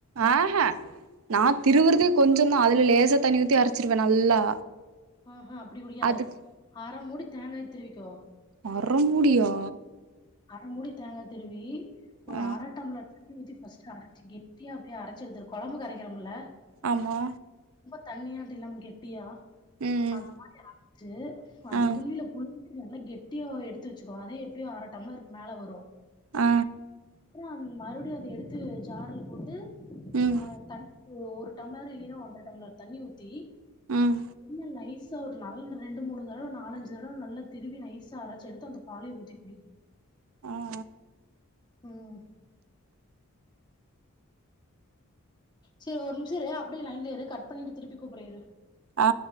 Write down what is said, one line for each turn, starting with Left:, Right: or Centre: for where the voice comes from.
Right: ஆ ஹ நா திருவுறதே
Left: அ,
Right: கொஞ்சந்தா அதுல லேசா தண்ணி ஊத்தி அரச்சிருவே நல்லா
Left: ஆ ஹா அப்டி குடிக்காத
Right: அதுக்கு
Left: அர மூடி தேங்காய திருவிக்கோ
Right: அர மூடியா
Left: திரு அர மூடி தேங்கா திருவி ஒரு
Right: ஆ
Left: அர டம்ளர் தண்ணி ஊத்தி ஃபஸ்ட் அரச்சு கெட்டியா அப்டியே அரைச்செடுத்துரு கொழம்புக் அரைக்கறமல
Right: ஆமா
Left: ரொம்ப தண்ணியாட்ட இல்லாம கெட்டியா
Right: ம்
Left: அந்த மாரி அரச்சு அந்த
Right: ஆ
Left: துணியில புழிஞ்சு நல்லா கெட்டியா எடுத்து வெச்சுக்கோ அத எப்டியோ அர டம்ளருக் மேல வரு
Right: ஆ
Left: அப்றோ மறுவடியு அத எடுத்து ஜார்ல போட்டு
Right: ம்
Left: ஆ தண் ஒரு டம்ளர் இல்லின்னா ஒன்ற டம்ளர் தண்ணி ஊத்தி
Right: ம்
Left: கொஞ்ச நைசா ஒரு நல்ல ரெண்டு மூணு தடவ நாலஞ்சு தடவ நல்லா திருவி நைசா அரச்சு எடுத்து அந்த பாலயு ஊத்தி குடி
Right: ஆ
Left: ம் செர் ஒரு நிமிஷ இரு அப்டியே லைன்லயே இரு கட் பண்ணிட்டு திருப்பி கூப்பறே இரு
Right: ஆ